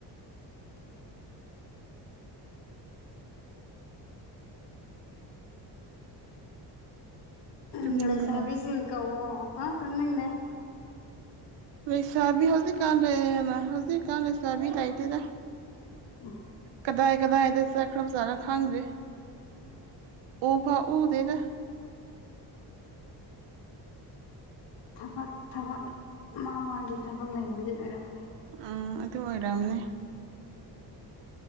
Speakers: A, on the left; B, on the right.
A: ꯎꯝ
B: ꯇꯨꯝꯅꯤꯡꯕ꯭ꯔꯣ
A: ꯂꯩꯁꯥꯕꯤꯁꯤꯡ ꯀꯧꯋꯣ ꯍꯥ ꯇꯝꯅꯤꯡꯅꯦ
B: ꯂꯩꯁꯥꯕꯤ ꯍꯧꯖꯤꯛꯀꯥꯟꯗ ꯍꯧꯖꯤꯛꯀꯥꯟ ꯂꯩꯁꯥꯕꯤ ꯂꯩꯇꯦꯗ
A: ꯎꯝ
B: ꯀꯗꯥꯏ ꯀꯗꯥꯏꯗ ꯆꯥꯈ꯭ꯔ ꯖꯥꯅꯣ ꯈꯪꯗ꯭ꯔꯦ ꯎ ꯐꯥꯎ ꯎꯗꯦꯗ
A: ꯊꯕꯛ ꯊꯕꯛ ꯃꯥ ꯃꯥꯒꯤ ꯊꯕꯛ ꯂꯩꯕꯒꯤ ꯑꯣꯏꯔꯝꯅꯤ
B: ꯎꯝ ꯑꯗꯨ ꯑꯣꯏꯔꯝꯅꯤ